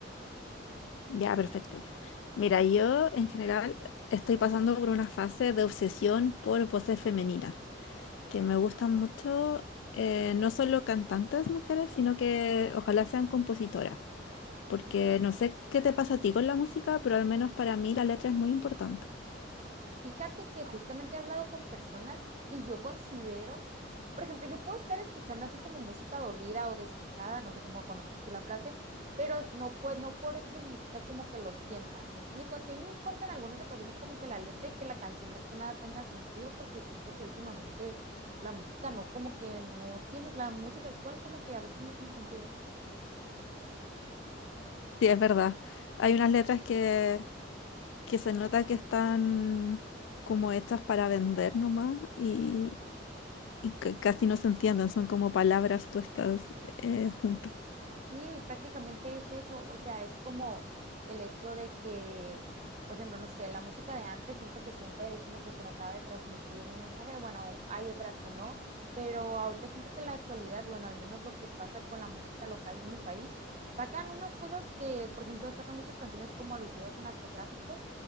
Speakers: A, on the left; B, on the right.
A: Ya, perfecto. Mira, yo en general estoy pasando por una fase de obsesión por voces femeninas, que me gustan mucho, eh, no solo cantantes mujeres, sino que ojalá sean compositoras, porque
B: ¿no?
A: no sé qué te pasa a ti con la música, pero al menos para mí la letra es muy importante.
B: Fíjate que justamente he hablado con personas y yo considero, por ejemplo, yo puedo estar escuchando así como música dolida o despechada, no sé cómo conozcas tú la frase, pero no pues no por eso significa como que lo sienta. ¿Me explico? Sí me importa en algunas ocasiones como que la letra y que la canción más que nada tenga sentido porque siento que últimamente la música no como que no tiene, la música actual como que a veces no tiene sentido.
A: Sí, es verdad. Hay unas letras que que se nota que están como hechas para vender nomás y, y ca- casi no se entienden, son como palabras puestas eh, juntas.
B: Sí, prácticamente es eso, o sea, es como el hecho de que, por ejemplo, no sé, la música de antes siento que siempre como que trataba de transmitir un mensaje, bueno, hay otras que no, pero ahorita siento que en la actualidad, bueno, al menos lo que pasa con la música local de mi país, sacan unas cosas que, por ejemplo, sacan muchas canciones como alusivas al narcotráfico